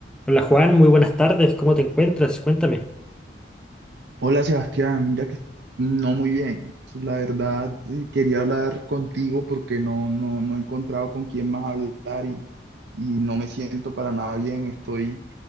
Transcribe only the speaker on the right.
Hola Sebastián, mira que no muy bien. La verdad, eh, quería hablar contigo porque no, no, no he encontrado con quién más hablar y, y no me siento para nada bien. Estoy,